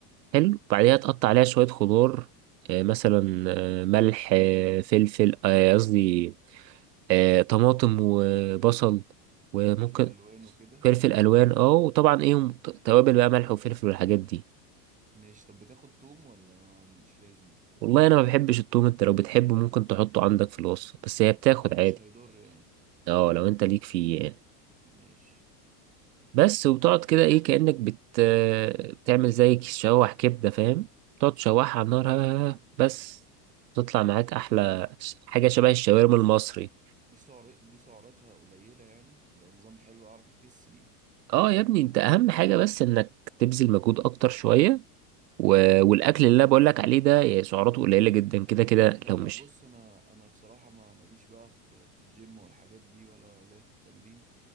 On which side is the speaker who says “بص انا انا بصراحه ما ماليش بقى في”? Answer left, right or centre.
Right